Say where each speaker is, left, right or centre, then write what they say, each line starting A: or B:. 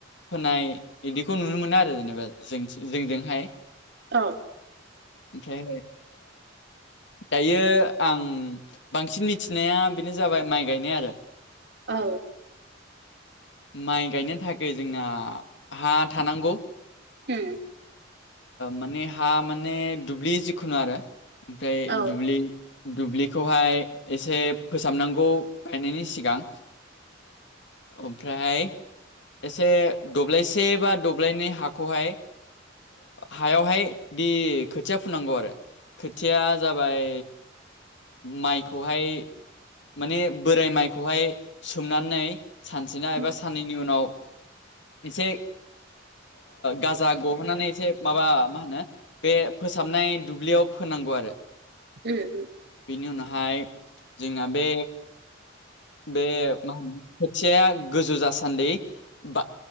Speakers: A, on the left; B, on the right.
A: फोनाय बिदिखौ नुनो मोनो आरो जेनेबा जों जोंजोंहाय
B: औ
A: ओमफ्रायहाय दायो आं बांसिन मिथिनाया बेनो जाबाय माइ गायनाय आरो
B: औ
A: माइ गायनो थाखाय जोंना हा थानांगौ
B: उम
A: माने हा माने दुब्लि जिखुनु आरो ओमफ्राय
B: औ
A: दुब्लि दुब्लिखौहाय एसे फोसाबनांगौ गायनायनि सिगां ओमफ्रायहाय एसे दब्लायसे बा दब्लायनै हाखौहाय हायावहाय दि खोथिया फुनांगौ आरो खोथिया जाबाय माइखौहाय माने बोराय माइखौहाय सोमनानै सानस्रिना एबा
B: उम
A: सा साननैनि उनाव एसे गाजा गहोनानै मोनसे माबा मा होनो बे फोसाबनाय दुब्लियाव फोनांगौ आरो
B: उम
A: बेनि उनावहाय जोंना बे बे मा होनो खोथिया गोजौ जासान्दि ब